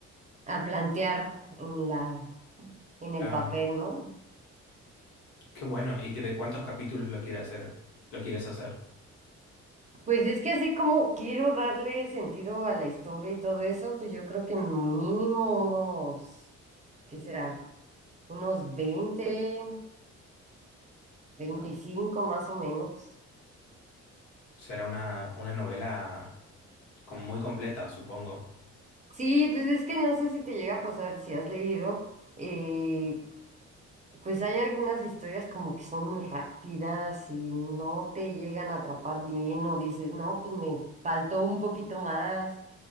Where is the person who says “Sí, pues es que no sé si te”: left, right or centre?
Right